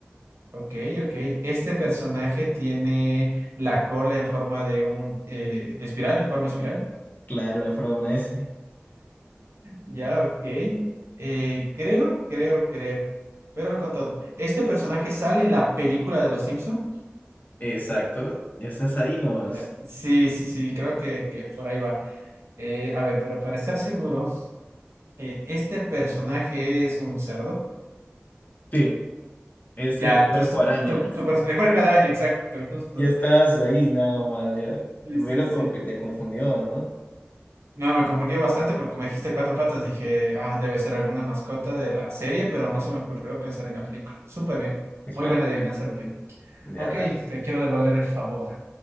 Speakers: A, on the right (about 75°); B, on the left (about 40°).
A: Ok, ok. Este personaje tiene la cola en forma de un eh, espiral, en forma espiral.
B: Claro, la forma de una S.
A: Ya, ok. Eh, creo, creo, creo. Pero con todo. ¿Este personaje sale en la película de Los Simpson?
B: Exacto, ya estás ahí nomás.
A: Ya, Sí, sí, sí, creo que, que por ahí va. Eh, a ver, pero para estar seguro, eh, ¿este personaje es un cerdo?
B: Sí, es
A: Ya,
B: el
A: entonces
B: puerco
A: tu,
B: araña.
A: tu, tu pers- el puerco araña, exacto, justo.
B: Ya estás ahí nada más, ya.
A: Sí,
B: Pero
A: sí, sí.
B: como que te confundió, ¿no?
A: No, me confundió bastante porque como dijiste cuatro patas, dije, ah, debe ser alguna mascota de la serie, pero no se me ocurrió pensar en la película. Súper bien. Muy
B: Claro,
A: buena adivinanza la tuya.
B: ya
A: Ok,
B: dale.
A: te quiero devolver el favor.